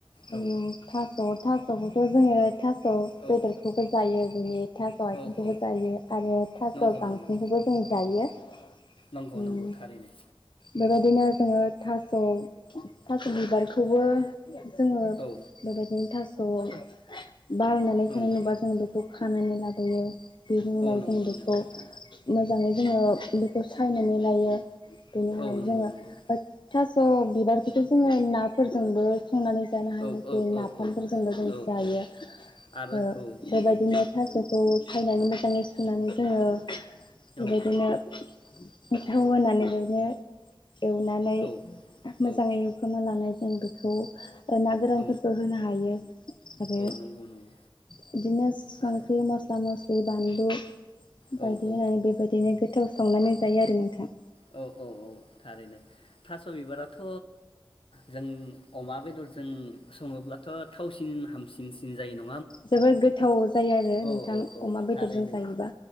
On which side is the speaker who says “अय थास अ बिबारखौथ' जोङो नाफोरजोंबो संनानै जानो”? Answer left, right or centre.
Left